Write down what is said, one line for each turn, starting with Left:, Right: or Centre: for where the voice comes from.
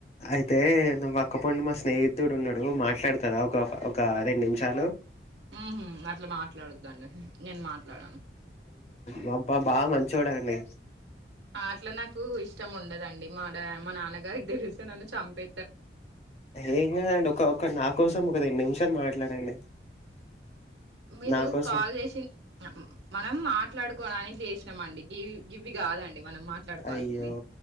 Left: అయితే నా పక్కపండు మా స్నేహితుడు ఉన్నడు మాట్లాడుతదా ఒక ఒక రెండు నిమిషాలు
Right: ఉ హ్ అట్లా మాట్లాడొద్దండి నేను మాట్లాడను
Left: బబ్బా బాగా మంచోడండి
Right: అట్లా నాకు ఇష్టం ఉండదండి మాడ మా నాన్నగారికి తెలిసే నన్ను చంపే
Left: ఏం కదండి ఒక ఒక నా కోసం ఒక రెండు నిమిషం షాలు మాట్లాడండి
Right: మీరు
Left: నా కోసం
Right: కాల్ చేసి మనం మాట్లాడుకు కోడానికి చేసినాంమండి గివి గివి కాదండి మనం మాట్లాడుకోవాల్సింది
Left: అయ్యో